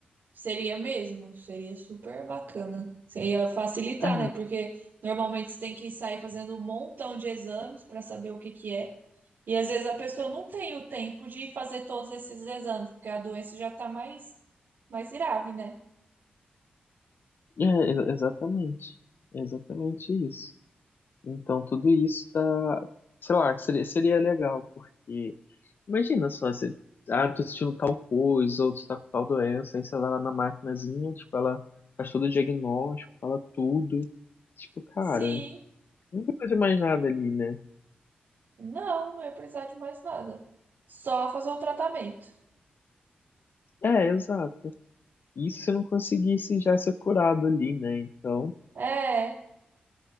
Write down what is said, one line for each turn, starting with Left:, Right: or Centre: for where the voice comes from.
Right: seria mesmo. Seria super bacana. seria facilitar,
Left: É,
Right: né? Porque normalmente você tem que sair fazendo um montão de exames para saber o que que é. E às vezes a pessoa não tem o tempo de fazer todos esses exames, porque a doença já tá mais, mais grave, né?
Left: é, ex- exatamente. Exatamente isso. Então, tudo isso tá, sei lá, seria, seria legal, porque imagina só, você, ah, tô sentindo tal coisa, ou tu tá com tal doença, aí você vai lá na maquinazinha, tipo, ela faz todo o diagnóstico, fala tudo. Tipo, cara,
Right: Sim,
Left: não precisa de mais nada ali, né?
Right: não, não ia precisar de mais nada. Só fazer um tratamento.
Left: É, exato. Isso se não conseguisse já ser curado ali, né? Então,
Right: É,